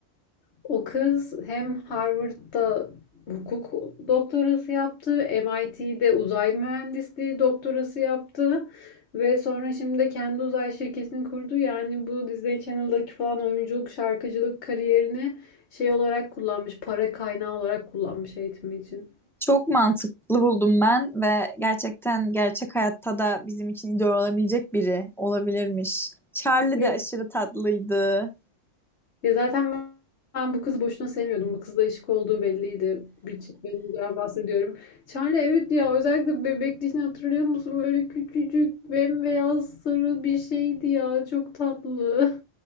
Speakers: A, on the left; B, in the centre.
A: O kız hem Harvard'da hukuk doktorası yaptı, MIT'de uzay mühendisliği doktorası yaptı ve sonra şimdi de kendi uzay şirketini kurdu. Yani bu Disney Channel'daki falan oyunculuk, şarkıcılık kariyerini şey olarak kullanmış, para kaynağı olarak kullanmış eğitimi için.
B: Çok mantıklı buldum ben ve gerçekten gerçek hayatta da bizim için idol olabilecek biri olabilirmiş. Charlie
A: Ya
B: de aşırı tatlıydı.
A: Ya zaten ben bu kızı boşuna sevmiyordum. Bu kızla ışık olduğu belliydi. Bir çiftlikten bahsediyorum. Charlie evet ya özellikle bebekliğini hatırlıyor musun? Böyle küçücük bembeyaz sarı bir şeydi ya. Çok tatlı.